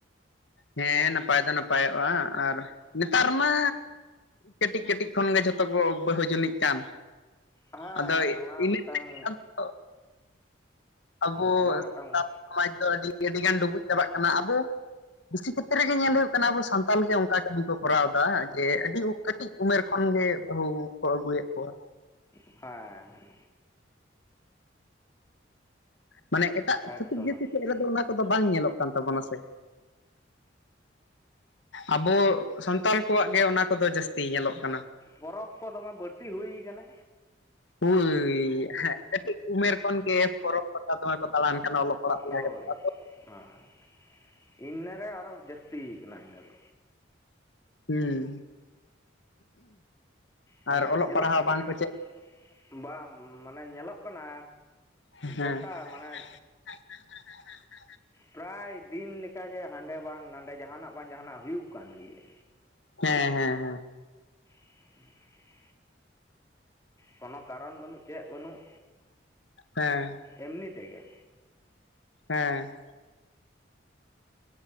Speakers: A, on the left (about 75°); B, on the left (about 15°).
A: ᱦᱮᱸ ᱱᱟᱯᱟᱭ ᱫᱚ ᱱᱟᱯᱟᱭᱚᱜᱼᱟ ᱟᱨ ᱱᱮᱛᱟᱨ ᱢᱟ ᱠᱟᱹᱴᱤᱡ ᱠᱟᱹᱴᱤᱡ ᱠᱷᱚᱱᱜᱮ ᱡᱷᱚᱛᱚ ᱠᱚ ᱵᱟᱹᱦᱩ ᱡᱩᱱᱤᱡ ᱠᱟᱱ
B: ᱦᱮᱸ
A: ᱟᱫᱚ
B: ᱚᱱᱟ
A: ᱤᱱᱟᱹᱜ
B: ᱢᱤᱫᱴᱟᱝ
A: ᱠᱟᱴᱤᱡ ᱠᱷᱚᱱ ᱫᱚ ᱟᱵᱚ
B: ᱚᱱᱟ
A: ᱥᱟᱱᱛᱟᱲ
B: ᱢᱤᱫᱴᱟᱝ
A: ᱥᱚᱢᱟᱡᱽ ᱫᱚ ᱟᱹᱰᱤ ᱟᱹᱰᱤᱜᱟᱱ ᱰᱩᱵᱩᱡ ᱪᱟᱵᱟᱜ ᱠᱟᱱᱟ ᱟᱵᱚ ᱵᱮᱥᱤ ᱠᱷᱮᱛᱨᱮ ᱨᱮᱜᱮ ᱧᱮᱞ ᱦᱩᱭᱩᱜ ᱠᱟᱱᱟ ᱟᱵᱚ ᱥᱟᱱᱛᱟᱞ ᱜᱮ ᱚᱱᱠᱟ ᱠᱟᱹᱢᱤ ᱠᱚ ᱠᱚᱨᱟᱣ ᱮᱫᱟ ᱡᱮ ᱟᱹᱰᱤ ᱠᱟᱹᱴᱤᱡ ᱩᱢᱮᱨ ᱠᱷᱚᱱ ᱜᱮ ᱵᱟᱹᱦᱩ ᱠᱚ ᱟᱹᱜᱩᱭᱮᱫ ᱠᱚᱣᱟ᱾
B: ᱦᱮᱸ,
A: ᱢᱟᱱᱮ ᱮᱴᱟᱜ
B: ᱮᱠᱫᱚᱢ
A: ᱪᱷᱟᱹᱛᱤᱠ ᱡᱟᱹᱛᱤ
B: ᱮᱠᱫᱚᱢ
A: ᱥᱮᱫ ᱨᱮᱫᱚ ᱚᱱᱟ ᱠᱚᱫᱚ ᱵᱟᱝ ᱧᱮᱞᱚᱜ ᱠᱟᱱ ᱛᱟᱵᱚᱱᱟ ᱥᱮ᱾ ᱟᱵᱚ ᱥᱟᱱᱛᱟᱞ ᱠᱚᱣᱟᱜ ᱜᱮ ᱚᱱᱟ ᱠᱚᱫᱚ ᱡᱟᱹᱥᱛᱤ ᱧᱮᱞᱚᱜ ᱠᱟᱱᱟ᱾
B: ᱯᱚᱨᱚᱵᱽ ᱠᱚ ᱫᱚᱢᱮ ᱵᱟᱹᱲᱛᱤ ᱦᱩᱭ ᱟᱠᱟᱱᱟ᱾
A: ᱦᱳᱭ ᱦᱮᱸ ᱠᱟᱹᱴᱤᱡ ᱩᱢᱮᱨ ᱠᱷᱚᱱ ᱜᱮ ᱯᱚᱨᱚᱵᱽ ᱯᱟᱛᱟ ᱫᱚᱢᱮ ᱠᱚ ᱫᱟᱬᱟᱱ ᱠᱟᱱᱟ ᱚᱞᱚᱜ ᱯᱟᱲᱦᱟᱜ ᱥᱮᱬᱟ
B: ᱦᱳᱭ,
A: ᱠᱟᱛᱮᱫ ᱟᱫᱚ
B: ᱦᱮᱸ ᱤᱱᱱᱟᱹᱨᱮ ᱟᱨᱚ ᱡᱟᱹᱥᱛᱠ ᱟᱠᱟᱱᱟ ᱤᱱᱟᱹᱫᱚ᱾
A: ᱦᱩᱸ
B: ᱢᱟᱱᱮ
A: ᱟᱨ ᱚᱞᱚᱜ
B: ᱧᱮᱞᱚᱜ
A: ᱯᱟᱲᱦᱟᱣ
B: ᱠᱟᱱᱟ
A: ᱵᱟᱝᱠᱚ ᱪᱮᱫ
B: ᱵᱟᱝ ᱢᱟᱱᱮ ᱧᱮᱞᱚᱜ ᱠᱟᱱᱟ
A: ᱦᱮᱸ
B: ᱜᱳᱴᱟ ᱢᱟᱱᱮ
A: <inaudible>
B: ᱯᱨᱟᱭ ᱫᱤᱱ ᱞᱮᱠᱟᱜᱮ ᱦᱟᱸᱰᱮ ᱵᱟᱝ ᱱᱟᱸᱰᱮ ᱡᱟᱦᱟᱱᱟᱜ ᱵᱟᱝ ᱡᱟᱦᱟᱱᱟᱜ ᱦᱩᱭᱩᱜ ᱠᱟᱱ ᱜᱮᱭᱟ᱾
A: ᱦᱮᱸ ᱦᱮᱸ ᱦᱮᱸ᱾
B: <unintelligible> ᱠᱳᱱᱳ ᱠᱟᱨᱚᱱ ᱵᱟᱹᱱᱩᱜ ᱪᱮᱫ ᱵᱟᱹᱱᱩᱜ
A: ᱦᱮᱸ᱾
B: ᱮᱢᱱᱤ ᱛᱮ ᱜᱮ᱾
A: ᱦᱮᱸ᱾